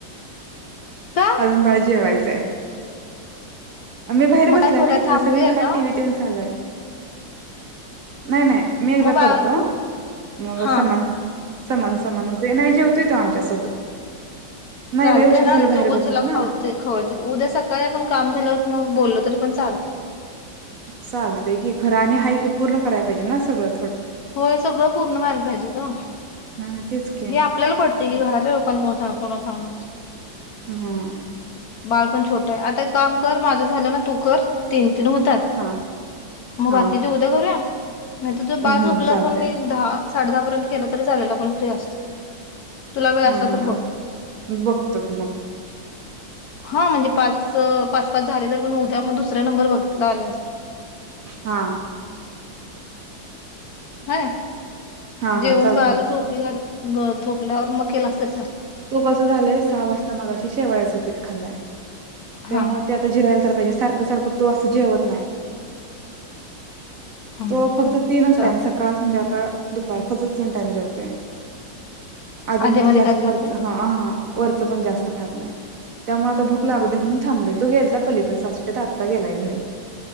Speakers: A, on the left; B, on the right.
A: का
B: अजून बाळ जेवायचय. आमी बाहेर
A: मग
B: बसल्या
A: काय करूया
B: ना इकडं
A: थांबूया
B: सगळी, घरात
A: का
B: टी वी तेन चालूय. नाय नाय. मी एकदा
A: मग बाळ
B: करतो, मग
A: हा
B: समान समन्स ण होतय, नाही जेवतोय तो आमच्यासोबत नाही
A: चालतय
B: लय उशीर
A: ना
B: झाला
A: नाही
B: बाहेर
A: तर उगाच
B: बसल्या
A: तुला
B: ना
A: खा खवळतील उद्या सकाळी आपण काम झाल्या होत मग बोललो तरी पण चाल ते
B: चालतय की खर आणि आहे की पूर्ण कराय पाहिजे ना सगळ?
A: होय, सगळ पूर्ण व्हायला पाहिजे का?
B: हा तेच की
A: हे आपल्याला पटतेय की घरातल्या लोकाना कोण कोण सांगणार.
B: हम.
A: बाळपण छोट आहे, आता काम कर माझ झाल ना तू कर तीन न होतात
B: हा
A: मग
B: हा
A: बाकीची उद्या करुया? नाही त तुझ बाळ
B: हम्म
A: झोपल
B: चालतंय
A: पण मी दहा अस साडे दहा पर्यंत केलं तरी झालेला आपण फ्री असतोय तुला वेळ
B: हा
A: असला
B: हा
A: तर बघ
B: बघतो कि मग
A: हा म्हणजे पाच पाच पाच झाले तर पण उद्या मग दुसर दुसऱ्या नंबर बघ नाई नाई
B: हा
A: व्हय
B: हा
A: जेऊन
B: हा चालतंय
A: बाळाला
B: की
A: झोपी घाल ग झोपल्यावर मग केलास तर चाल
B: तो कस झालय सहा वाजता मगाशी शेवाळ्याचं उपीठ खाल्लाय
A: हा
B: त्यामुळे ते आता जिरायला तर म्हणजे सारख सारख तो अस जेवत नाय
A: हम्म
B: तो फक्त तीनच
A: चालेल.
B: टाईम सकाळ संध्याकाळ सकाळ दुपार फक्त तीन टाईम जेवतोय मध्ये
A: आधी मधी
B: जास्त
A: काय
B: वरच
A: खात नाय
B: हा हा वरच पण जास्त खात नाय त्यामुळे आता भूक लागू दे म्हणून थांबलोय तो गेलता पलीकड सासोटीत आता गेलाय घरी